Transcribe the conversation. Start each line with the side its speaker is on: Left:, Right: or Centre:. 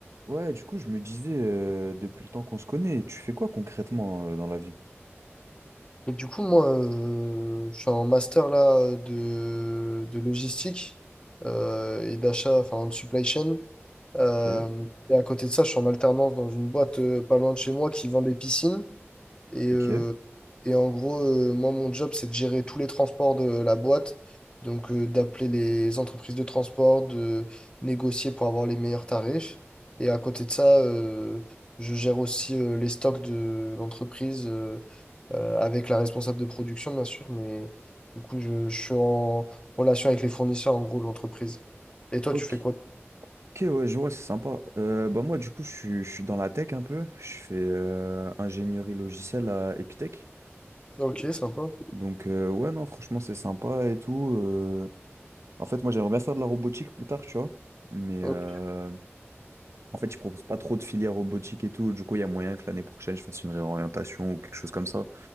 Right: Ouais, du coup, je me disais, euh, depuis le temps qu'on se connaît, tu fais quoi concrètement euh, dans la vie?
Left: Et du coup, moi, euh, je suis en master là de, de logistique euh, et d'achat, enfin de supply chain. Euh,
Right: Ok,
Left: et à côté de ça, je suis en alternance dans une boîte euh, pas loin de chez moi qui vend des piscines. Et,
Right: ok.
Left: euh, et en gros, euh, moi, mon job, c'est de gérer tous les transports de la boîte. Donc, euh, d'appeler les entreprises de transport, de négocier pour avoir les meilleurs tarifs. Et à côté de ça, euh, je gère aussi euh, les stocks de l'entreprise euh, euh, avec la responsable de production, bien sûr. Mais du coup, je, je suis en relation avec les fournisseurs, en gros, de l'entreprise. Et toi,
Right: Ok,
Left: tu fais quoi?
Right: ok, ouais, je vois, c'est sympa. Euh, bah moi, du coup, je suis, je suis dans la tech un peu. Je fais euh, ingénierie logicielle à Epitech.
Left: Ok, sympa.
Right: Donc, euh, ouais, non, franchement, c'est sympa et tout. euh. En fait, moi, j'aimerais bien faire de la robotique plus tard, tu vois. Mais
Left: Ok,
Right: euh, en fait, je propose pas trop de filière robotique et tout. Du coup, il y a moyen que l'année prochaine, je fasse une réorientation ou quelque chose comme ça.